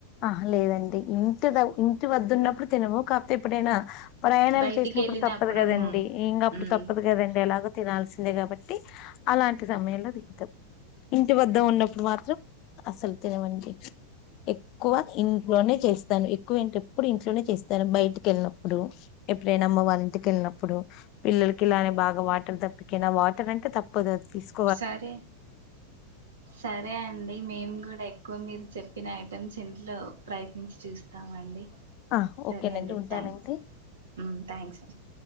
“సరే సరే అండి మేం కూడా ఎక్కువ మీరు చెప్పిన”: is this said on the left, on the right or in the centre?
Right